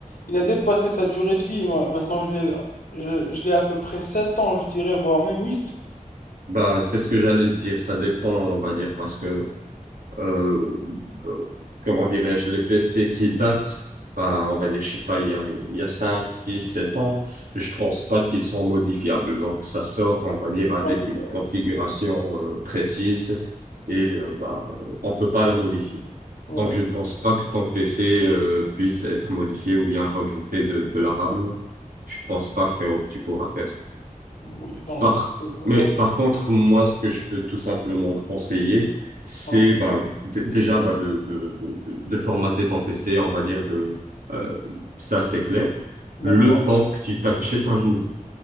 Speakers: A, on the left; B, on the right.
A: il a dépassé sa durée de vie. Moi, Maintenant, je l'ai, je, je l'ai à peu près 7 ans, je dirais, voire même huit.
B: Bah, c'est ce que j'allais te dire. Ça dépend, on va dire, parce que euh, euh, comment dirais-je, les PC qui datent, bah, on va dire, je sais pas, il y a, il y a 5, 6, 7 ans, je pense pas qu'ils sont modifiables. Donc, ça sort, on va dire, avec
A: Donc,
B: une
A: euh,
B: configuration euh, précise et euh, bah, on peut pas la modifier.
A: ouais.
B: Donc, je ne pense pas que ton PC euh, puisse être modifié ou bien rajouter de, de la RAM. Je pense pas, frérot, que tu pourras faire ça.
A: Oui, donc,
B: Par,
A: je vois,
B: mais
A: donc,
B: par contre, moi, ce que je peux tout simplement te conseiller, c'est
A: hein,
B: bah, d- déjà bah, de, de, de, de formater ton PC, on va dire, de, euh, ça c'est clair, le
A: d'accord,
B: temps que tu t'achètes un nouveau.